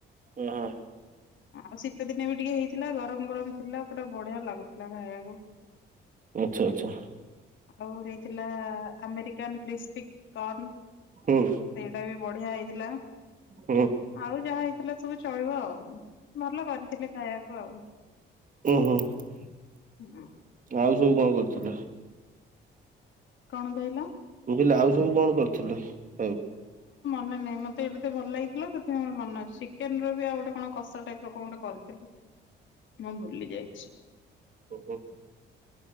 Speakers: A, on the right; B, on the left.
A: ଓ ହୋ।
B: ଆଉ ଶୀତ ଦିନେ ବି ଟିକେ ହେଇଥିଲା ଗରମ ଗରମ ଥିଲା ପୁରା ବଢିଆ ଲାଗୁଥିଲା ଖାଇବାକୁ।
A: ଆଚ୍ଛା ଆଚ୍ଛା
B: ଆଉ ହେଇଥିଲା ଆମେରିକାନ କ୍ରିସ୍ କ୍ରିସପିକନ
A: ହୁଁ
B: ସେଇଟା ବି ବଢିଆ ହେଇଥିଲା
A: ହୁଁ
B: ଆଉ ଯାହା ହେଇ ଥିଲା ସବୁ ଚଳିବ ଆଉ ଭଲ କରିଥିଲେ ଖାଇବାକୁ ଆଉ।
A: ଓହୋ ଆଉ
B: ହୁଁ
A: ସବୁ କଣ କରୁଥିଲେ?
B: କଣ କହିଲ?
A: ମୁ କହିଲି ଆଉ ସବୁ କଣ କରିଥିଲ ଲାଇଫ ରେ
B: ନାଇଁନାଇଁ ମତେ ଏମିତି ଭଲ ଲାଗିଥିଲା ସେଥିପାଇଁ ମୋର ମନ ଅଛି। ଚିକେନ ର ବି ଆଉ ଗୋଟେ କଣ କସା ଟାଇପ ର କଣ ଗୋଟେ କରିଥିଲି ମୁଁ ଭୁଲି ଯାଇଛି।
A: ଓହୋ।